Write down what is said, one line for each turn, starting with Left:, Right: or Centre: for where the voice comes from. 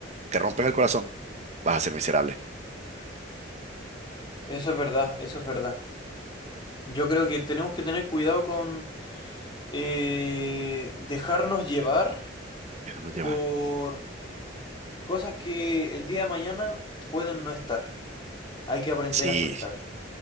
Right: te rompen el corazón, vas a ser miserable.
Left: Eso es verdad, eso es verdad. Yo creo que tenemos que tener cuidado con eh, dejarnos llevar
Right: Déjalo llevar.
Left: por cosas que el día de mañana pueden no estar. Hay que aprender
Right: Sí,
Left: a soltar.